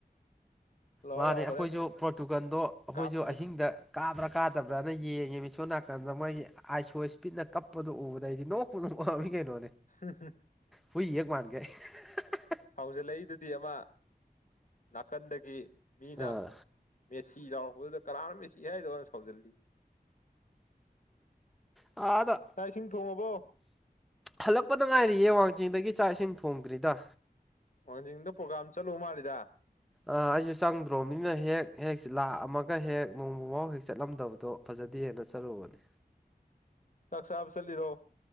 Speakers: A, on the left (about 50°); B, in the centre.
A: ꯂꯥꯛꯑꯣ
B: ꯃꯥꯅꯦ
A: ꯂꯥꯛꯑꯣ
B: ꯑꯩꯈꯣꯏꯁꯨ
A: ꯍꯣꯔꯦꯟ
B: ꯄ꯭ꯔꯣꯇꯨꯒꯟꯗꯣ ꯑꯩꯈꯣꯏꯁꯨ
A: ꯀꯥꯞꯀꯅꯤ
B: ꯑꯍꯤꯡꯗ ꯀꯥꯕ꯭ꯔꯥ ꯀꯥꯗꯕ꯭ꯔꯅ ꯌꯦꯡꯉꯦ ꯃꯤ ꯁꯣꯝ ꯅꯥꯀꯟꯗ ꯃꯣꯏꯒꯤ ꯑꯥꯏꯁꯣ ꯏꯁꯄꯤꯠꯅ ꯀꯞꯄꯗꯣ ꯎꯕꯗ ꯑꯩꯗꯤ ꯅꯣꯛꯄꯨ ꯅꯣꯛꯑꯕꯅꯤ ꯀꯩꯅꯣ
A: <unintelligible>
B: ꯍꯨꯏ ꯍꯦꯛ ꯃꯥꯟꯒꯩ <unintelligible>
A: ꯁꯥꯎꯖꯜꯂꯛꯏꯗꯨꯗꯤ ꯑꯃ ꯅꯥꯀꯟꯗꯒꯤ ꯃꯤꯅ
B: ꯑꯥ
A: ꯃꯦꯁ ꯁꯤ ꯂꯥꯎꯔꯛꯄꯗꯨꯗ ꯀꯅꯥꯥꯅꯣ ꯃꯦꯁꯤ ꯍꯥꯏꯗꯣ ꯁꯥꯎꯖꯤꯜꯂꯤ
B: ꯑꯗꯥ
A: ꯆꯥꯛ ꯏꯁꯤꯡ ꯊꯣꯡꯉꯕꯣ
B: ꯍꯜꯂꯛ ꯄꯗ ꯉꯥꯏꯔꯤꯌꯦ ꯋꯥꯡꯖꯤꯡꯗꯒꯤ ꯆꯥꯛ ꯏꯁꯤꯡ ꯊꯣꯡꯗ꯭ꯔꯤꯗ
A: ꯋꯥꯡꯖꯤꯡꯗ ꯄ꯭ꯔꯣꯒꯥ꯭ꯔꯝ ꯆꯠꯂꯨꯕ ꯃꯥꯜꯂꯤꯗ
B: ꯑꯥ ꯑꯩꯖꯨ ꯆꯪꯗ꯭ꯔꯣꯃꯤꯅ ꯍꯦꯛ ꯍꯦꯛ ꯂꯥꯛꯑꯝꯃꯒ ꯍꯦꯛ ꯅꯣꯡꯃꯕꯥꯎ ꯍꯦꯛ ꯆꯠꯂꯝꯗꯕꯗꯣ ꯐꯖ ꯖꯗꯦ ꯑꯗ ꯆꯠꯂꯨꯕꯅꯤ
A: <inaudible> ꯆꯥꯛ ꯆꯥꯕ ꯆꯠꯂꯤꯔꯣ